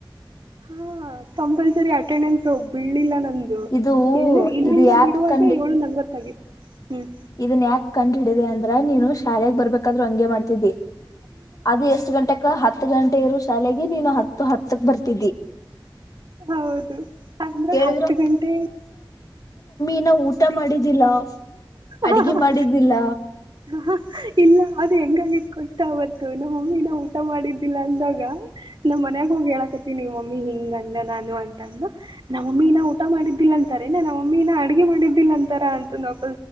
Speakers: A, on the right (about 50°); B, on the left (about 45°).
A: ಹ ಕಂಪಲ್ಸರಿ ಅಟೆಂಡನ್ಸ್ ಹೋಗೂ ಇಲ್ಲಿ ನಂದು.
B: ಇದು
A: ಏನು ಇಲ್ಲಿಂದ
B: ಇದು ಯಾಕ್
A: ಬಿಡುವಾಗ
B: ಕಂಡ್
A: ಏಳು ನಲವತ್ತಾಗಿತ್ತು! ಹ್ಮ್
B: ಇದನ್ ಯಾಕೆ ಕಂಡ್ ಹಿಡಿದೇ! ಅಂದ್ರೆ ನೀನು ಶಾಲೆೆಗೆ ಬರ್ಬೇಕಾದ್ರರು ಹಂಗೆ ಮಾಡ. ಇದೀವಿ, ಅದು ಎಷ್ಟ್ ಗಂಟಕ ಹತ್ತು ಗಂಟೆವರಗು. ಶಾಲೆಗೆ, ನೀನು ಹತ್ತು ಹತ್ತಕ್ ಬರ್ತಿದ್ದಿ?
A: ಹೌದು! ಅಂದ್ರೆ
B: ಕೇಳಿದ್ರು
A: ಹತ್ತು ಗಂಟೆ.
B: ಇನ, ಊಟ, ಮಾ ಮಾಡಿದ್ದಿಲ್ಲ
A: ಹ,
B: ಅಡ್ಗಿ ಮಾಡಿದ್ದಿಲ್ಲ
A: ಹಾಹಾ, ಇಲ್ಲ ಅದೇ. ಹೆಂಗಾಗಿ ಕೊಟ್ಟ ಅವತ್ತು ನಮ್ಮ ಮಮ್ಮಿನ ಊಟ ಮಾಡಿದ್ದಿಲ್ಲ. ಅಂದಾಗ ನಮ್ಮ್ ಮನಯಾಗ ಹೋಗಿ ಹೇಳಕತಿ. ನಿವ ಮಮ್ಮಿ ಹಿಂಗ ಅಂದ ನಾನು ಅಂತಂದು ನಮ್ಮ ಮಮ್ಮಿನ ಊಟ ಮಾಡಿದ್ದಿಲ್ಲ ಅಂತಾರೇನ? ನಮ್ಮ ಮಮ್ಮಿನ ಅಡ್ಗೆ ಮಾಡಿದ್ದಿಲ್ಲ! ಅಂತಾರ ಅಂತ? <unintelligible>